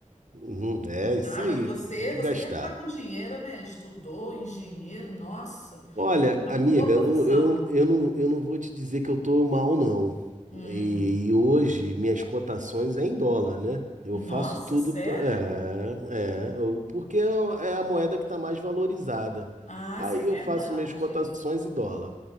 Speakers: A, on the right; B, on the left.
A: Uhum, é isso
B: Ah, mas
A: aí,
B: você,
A: tem que
B: você
A: gastar.
B: deve estar com dinheiro, né? Estudou, engenheiro, nossa,
A: Olha,
B: uma
A: amiga,
B: boa profissão.
A: eu, não- eu, eu, não, eu não vou te dizer que eu tô mal, não.
B: Hum,
A: E, e hoje minhas cotações é em dólar, né? Eu
B: nossa,
A: faço tudo
B: sério?
A: pra, é, é, eu- porque é é a moeda que tá mais valorizada.
B: Ah,
A: Aí
B: isso é verdade.
A: eu faço minhas cotações em dólar.